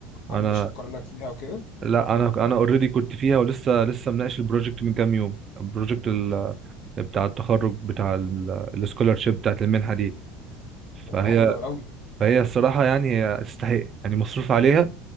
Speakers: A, on the right; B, on the left.
A: انا
B: حد شكر لك فيها وكده
A: لا انا انا اوريدي كنت فيها ولسه لسه مناقش البروجكت من كام يوم البروجكت ال- بتاع التخرج بتاع السكولارشيب بتاعة المنحة دي
B: طب
A: فهي
B: ده حلو قوي
A: فهي الصراحة يعني هي تستحق يعني مصروف عليها